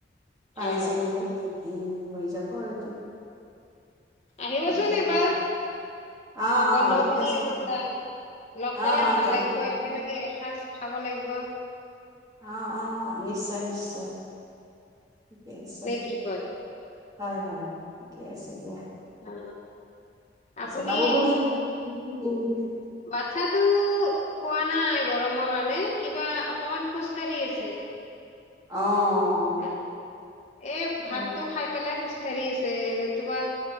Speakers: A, on the right; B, on the left.
A: পানী-চানী
B: হয় হয়
A: উম হৈ যাব আৰু এতিয়া।
B: আহিবচোন
A: উম
B: এবাৰ।
A: অ', অ',
B: বন্ধ
A: ঠিক
B: বুলি
A: আছে
B: আমাৰ
A: দিয়া
B: তাত লগ
A: অ',
B: পালে
A: অ',
B: ভাল
A: যাম
B: লাগব।
A: দিয়া।
B: একেলগে এসাঁজ খা খাব লাগিব।
A: অ-অ নিশ্চয়, নিশ্চয়। ঠিকেই আছে।
B: নে কি কয়
A: হয় হয় ঠিকেই আছে দিয়া
B: অ আপুনি
A: বাবু <unintelligible>
B: বাচ্ছাতো খোৱ নাই <unintelligible> গৰমৰ কাৰণে কিবা অকমান খোজকাঢ়ি আছে
A: অ অ',
B: হ এই ভাতটো
A: অ',
B: খাই পেলাই সুস্থ হেৰি আছে নতুবা